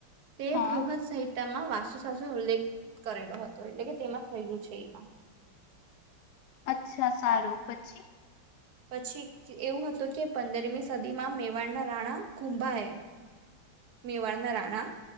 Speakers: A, on the right; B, on the left.
A: તે
B: હા
A: બૃહદ સહિત તેમાં વાસુ સાસુનો ઉલ્લેખ કરેલો હતો એટલે કે તેમાં થયેલું છે એમાં.
B: અચ્છા સારું પછી
A: પછી એવું હતું કે પંદરમી સદીમાં મેવાડના રાણા કુંભાાય એ મેવાડના રાણા